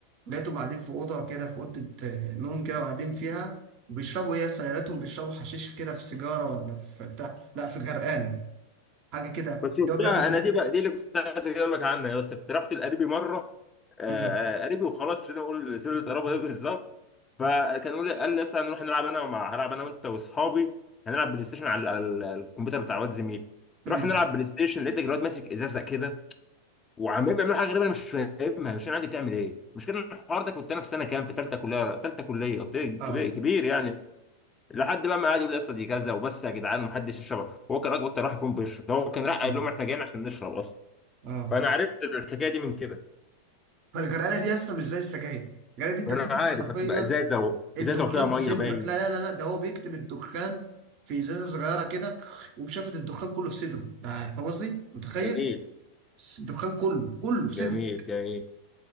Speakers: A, on the right (about 45°); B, on the left (about 20°).
A: لقيتهم قاعدين في اوضه كده في اوضه آه، نوم كده وقاعدين فيها بيشربوا ايه يا اسطى يا ريتهم بيشربوا حشيش كده في سيجاره ولا في بتاع لا في غرقانه حاجه كده
B: بس شفتها
A: اللي هو بياخد
B: انا دي بقى دي اللي كنت عايز اكلمك عنها يا اسطى كنت رحت لقريبي مره آه،
A: امم
B: آه، قريبي وخلاص مش هنقول سر القرابه ايه بالظبط فكان يقول لي قال لي لسه هنروح نلعب انا مع هلعب انا وانت واصحابي هنلعب بلاي ستيشن على على ال- الكمبيوتر بتاع واد زميلي
A: امم
B: رحنا نلعب بلاي ستيشن لقيت الواد ماسك ازازه كده وعمال بيعملوا حاجه غريبه انا مش فاهمها مش انا عادي بتعمل ايه مش كان الحوار ده كنت انا في سنه كام في ثالثه كليه لا ثالثه كليه قلت إيه، كبير
A: اه
B: كبير يعني لحد بقى ما قعد يقول لي يا اسطى دي كذا وبس يا جدعان ومحدش يشرب هو كان اكبر ترحم فيهم بيشرب ده هو كان راح
A: اه
B: قال لهم احنا جايين عشان نشرب اصلا
A: اه
B: فانا عرفت الحكايه دي من كده
A: فالغرقانه دي يا اسطى مش زي السجاير الغرقانه دي انت
B: انا
A: بتاخد
B: عارف
A: حرفيا
B: هتبقى ازازه و...
A: الدخان
B: ازازه وفيها ميه
A: في صدرك
B: باين
A: لا لا لا لا ده هو بيكتم الدخان في ازازه صغيره كده ومشافت الدخان كله في صدره ده فاهم قصدي متخيل
B: جميل
A: الدخان كله كله في صدره
B: جميل جميل